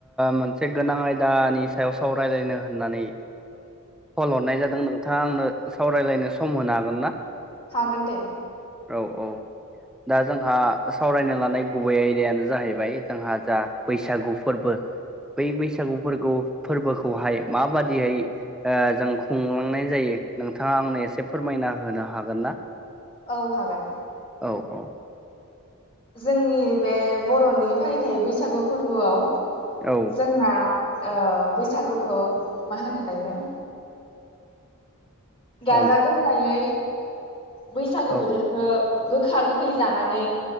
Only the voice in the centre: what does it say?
मोनसे गोनां आयदानि सायाव सावरायलायनो होननानै कल हरनाय जादों नोंथाङा आंनो सावरायलायनो सम होनो हागोन ना
औ औ दा जोंहा सावरायनो लानाय गुबै आयदायानो जाहैबाय जोंहा जा बैसागु फोरबो बै बैसागु फोरबो फोरबोखौहाय माबादिहै जों खुंलांनाय जायो नोंथाङा आंनो एसे फोरमायना होनो हागोन ना
औ औ
औ
औ
औ